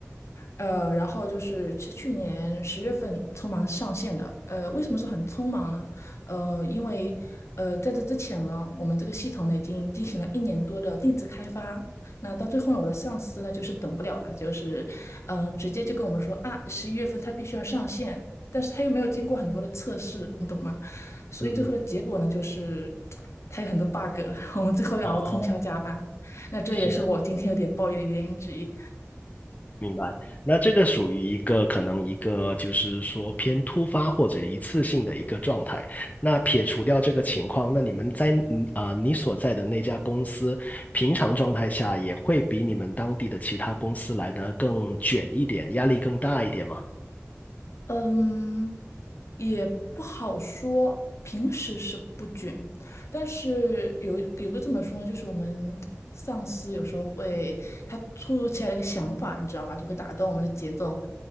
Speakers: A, on the left; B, on the left.
A: 呃，然后就是是去年十月份匆忙上线的。呃，为什么说很匆忙呢？呃，因为呃在这之前呢，我们这个系统呢已经进行了一年多的定制开发。那到最后呢，我的上司呢就是等不了了，就是嗯、呃直接就跟我们说啊，十一月份他必须要上线，但是他又没有经过很多的测试，你懂吗？所以最后的结果呢，
B: 嗯嗯，
A: 就是他有很多 bug，<laughs> 我们最后要熬通宵加班。
B: 哦，
A: 那这也是我今天有点抱怨的原因之一。
B: 是，明白，那这个属于一个可能一个就是说偏突发或者一次性的一个状态。那撇除掉这个情况，那你们在嗯啊、你所在的那家公司，平常状态下也会比你们当地的其他公司来的更卷一点，压力更大一点吗？
A: 嗯，也不好说，平时是不卷，但是有有个这么说呢，就是我们上司有时候会他突如其来的一个想法，你知道吗？就会打断我们的节奏。